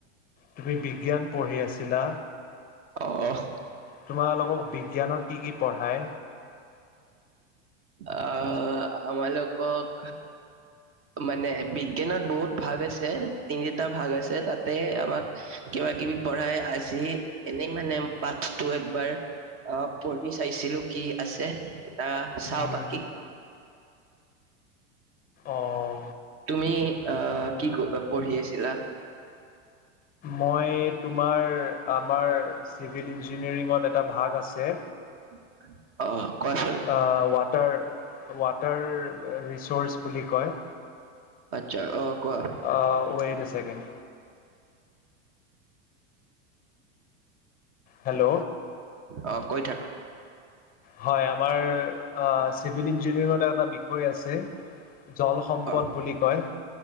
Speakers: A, on the left; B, on the right.
A: তুমি বিজ্ঞান পঢ়ি আছিলা?
B: অহ।
A: তোমালোকক বিজ্ঞানত কি কি পঢ়াই?
B: অ আমালোকক মানে বিজ্ঞানত বহুত ভাগ আছে, তিনিটা ভাগ আছে তাতে আমাক কিবা কিবি পঢ়াই, আজি এনেই মানে পাঠটো একবাৰ অঁ পঢ়ি চাইছিলো কি আছে, এয়া চাও
A: উম,
B: বাকী।
A: অঁ
B: তুমি আহ কি পঢ়ি আছিলা?
A: মই তোমাৰ আমাৰ চিভিল ইঞ্জিনিয়াৰিঙত এটা ভাগ আছে
B: <inaudible> কোৱাচোন
A: অহ ৱাটাৰ ৱাটাৰ ৰিচৰ্চ বুলি কয়
B: আচ্ছা অ কোৱা।
A: অ ৱেট এ ছেকেণ্ড। হেল্ল।
B: অ কৈ থাকা।
A: হয় আমাৰ অ চিভিল ইঞ্জিনিয়াৰিঙত এটা বিষয় আছে জলসম্পদ
B: অ
A: বুলি কয়,